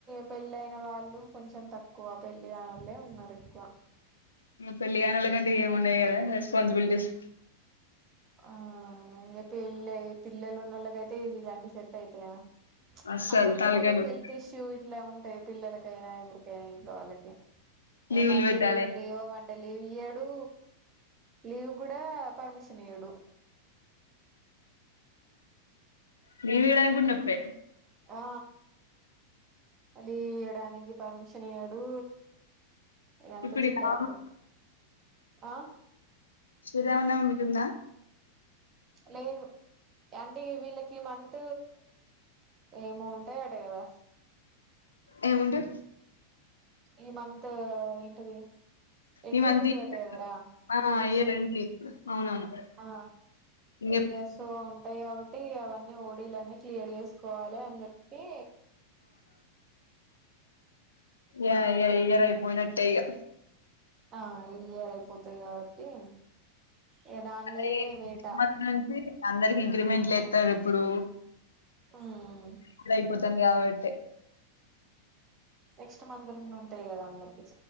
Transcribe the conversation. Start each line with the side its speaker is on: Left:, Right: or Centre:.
Right: పెళ్ళ అయిన వాళ్ళు కొంచెం తక్కువ పెళ్లి దానిలే ఉన్నారు ఎక్కువ
Left: పెళ్ళగన్ క గేమ్ ఉంటయి అదా రెస్పన్సిబిటీస్
Right: ఆ ఇ పళ పిల్లలు ఉన్న వాళ్ళక అైతే ఇ ఇలాంటి సెట్ అయితాయా
Left: అస్సలు
Right: అప్పుడప్పుడు
Left: తలకాయ
Right: వాళ్ళకి
Left: నొప్పి
Right: హెల్త్ ఇష్యూ ఇట్లా ఉంటాయి పిల్లలకైనా ఎవరికైనా ఇంట్లో వాళ్ళకి
Left: లీవులు
Right: మరి
Left: పెట్టాలె
Right: వీళ్ళు లీవ్మంటే లీవ్ ఇయడు లీవ్ కూడా పర్మి నడు
Left: నవ ఇడాంగా గుండప్పే
Right: ఆ అలీ ఎడా అనికిజి పర్మిషన్ ఎడు ఎంత
Left: ఇప్పుడు
Right: చికాకు
Left: ఈ నవమి
Right: ఆ
Left: శ్రీరామన్మకుందా
Right: లాదు అంటే వీళ్ళకి మంత ఏమో ఉంటాయ అట కదా
Left: ఏముంట
Right: ఈ మంత్ ఏంటిది ఎండై
Left: ఈ మంత్
Right: పూతు తట్ట అదురా
Left: ఆ
Right: మార్చ్
Left: ఇయర్ ఎండ్ ఇప్పుడు అవునవును
Right: ఆ
Left: ఇంగ
Right: ఇ సో ఉంటాయి కాబట్టి అవన్నీ ఓడలన్నీ క్లియర్ చేస్త కోలే అటి
Left: యా ఏ ఇయ్యరయిపోయినట్టే ఇక
Right: ఆ ఇయర్ అయిపోతాయి కాబట్టి ఇగ దాని
Left: అదేమ
Right: మీదనే వేట
Left: నుంచి అందరికి అగ్రిమెంట్లు వస్తారు ఎప్పుడు
Right: ఉమ్
Left: అ అయిపోతుంది కాబట్టి
Right: నెక్స్ట్ మంత్ ఉంటాయి కదా అందరు